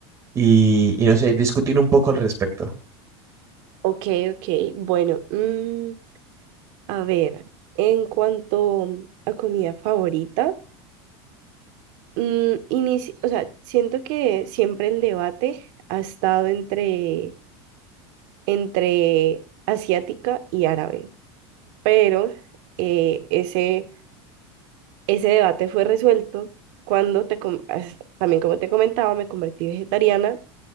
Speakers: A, on the right; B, on the right.
A: y, y no sé, discutir un poco al respecto.
B: ok, ok. Bueno, mm, a ver, en cuanto a comida favorita, mm, inici- o sea, siento que siempre el debate ha estado entre, entre asiática y árabe, pero eh, ese Ese debate fue resuelto cuando, te, com- as- también como te comentaba, me convertí vegetariana.